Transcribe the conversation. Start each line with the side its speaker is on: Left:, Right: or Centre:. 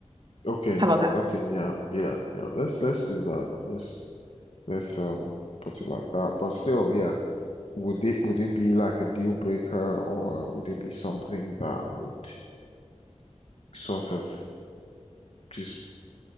Left: Okay,
Right: How about that?
Left: okay, yeah, yeah, yeah. Let's let's do that. Let's let's um put it like that. But still, yeah. Would it would it be like a deal breaker, or would it be something that would sort of just